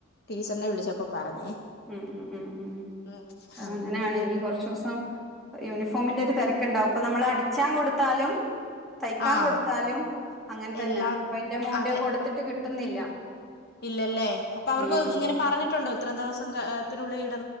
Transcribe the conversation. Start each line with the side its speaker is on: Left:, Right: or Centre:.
Left: ടീച്ചറിനെ വിളിച്ചപ്പ പറഞ്ഞേ.
Centre: ഉമ് ഉമ് ഉമ് ഉമ്
Left: ഉം
Centre: ആഹ്
Left: അങ്ങനെയൊക്കെ
Centre: അങ്ങനാണ് ഇനി കൊറച്ചുസം. യൂണിഫോമിന്റെ ഒരു തിരക്കുണ്ടാവും ഇപ്പൊ നമ്മൾ അടിച്ചാൻ കൊടുത്താലും. തയ്ക്കാൻ
Left: ആഹ്
Centre: കൊടുത്താലും അങ്ങനെ തന്നെ
Left: എല്ലാ
Centre: അപ്പൊ എന്റെ മോന്റെ
Left: അതെ
Centre: കൊടുത്തിട്ട് കിട്ടുന്നില്ല.
Left: ഇല്ലല്ലേ അപ്പൊ അവർക്ക്
Centre: ഉം
Left: ഇങ്ങനെ പറഞ്ഞിട്ടുണ്ടോ ഇത്രേം ദിവസം തിനുള്ളിൽ